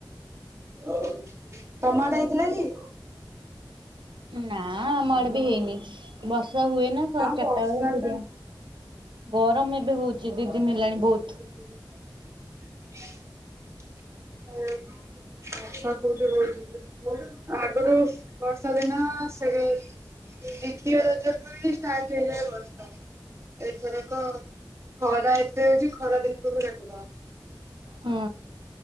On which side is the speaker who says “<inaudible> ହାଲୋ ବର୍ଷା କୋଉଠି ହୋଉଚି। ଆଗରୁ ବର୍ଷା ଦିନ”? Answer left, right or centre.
Right